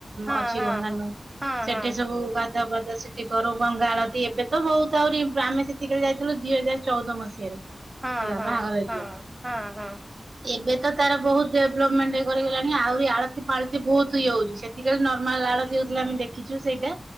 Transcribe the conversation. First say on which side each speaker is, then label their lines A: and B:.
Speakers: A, on the right; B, on the right.
A: ହଁ
B: ଅଛି
A: ହଁ
B: ଗଙ୍ଗା
A: ହଁ।
B: ନ,
A: ହଁ
B: ସେଠି
A: ହଁ
B: ସବୁ ଗାଧୁଆ ପାଧୁଆ ସେଠି କରଉଁ। ଗଙ୍ଗା ଆଳତି, ଏବେ ତ ହହୁତ ଆହୁରି ଆମେ ସେତିକି ବେଳେ ଯାଇଥିଲୁ, ଦିଇ ହଜାର ଚଉଦ ମସିହାରେ।
A: ହଁ
B: ହେଲା
A: ହଁ
B: ବାହାଘର ହେଇଥିଲା।
A: ହଁ ହଁ ହଁ।
B: ଏବେ ତ ତାର ବହୁତ ଡେଭଲପମେଣ୍ଟ କରିଗଲାଣି, ଆହୁରି ଆଳତି ଫାଳତି ବହୁତ ଇଏହଉଛି, ସେ ସେତିକିବେଳୁ ନର୍ମାଲ ଆଳତୀ ହଉଥିଲା ଆମେ ଦେଖିଛୁ ସେଇଟା,